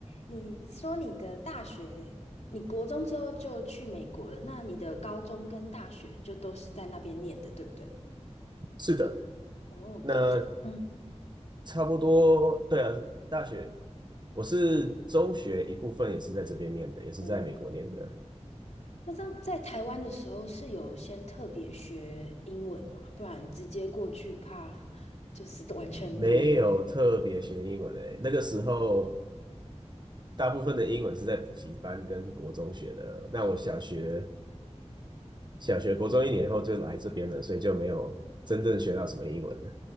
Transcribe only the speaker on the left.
你说你的大学，你国中之后就去美国了，那你的高中跟大学就都是在那边念的，对不对？
哦，
高，嗯，
哦，那这样在台湾的时候是有先特别学英文嘛？不然直接过去怕就是完全一言不，